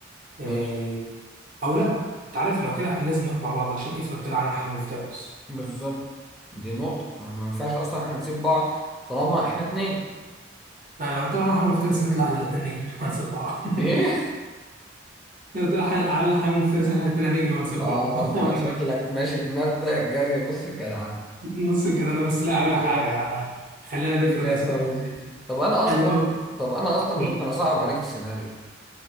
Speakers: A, on the right; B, in the centre.
A: إيه
B: ماشي
A: او لا انت عارف لو كده احنا لازم نروح مع بعض عشان افرض طلع علينا حيوان مفترس
B: بالظبط دي نقطة فما ينفعش أصلا احنا نسيب بعض طالما احنا اتنين
A: لا لو طلع علينا حيوان مفترس هنطلع احنا الاثنين نجري <laughs> وهنسيب بعض
B: ايه؟ <laughs>
A: لو طلع حي- علينا حيوان مفترس احنا الاثنين هنجري وهنسيب
B: اه
A: بعض <laughs>
B: آه، شكلك ماشي بمبدأ الجري نص الجدعنة
A: نص الجدارة بس لا
B: فكرة
A: هقول لك حاجة يعني خلينا نفرض
B: فكرة
A: يا
B: يا
A: سيدي
B: فوزي
A: ان
B: طب أنا أصلا
A: انا قول
B: طب أنا أصلا
A: قول
B: ممكن أصعب عليك السيناريو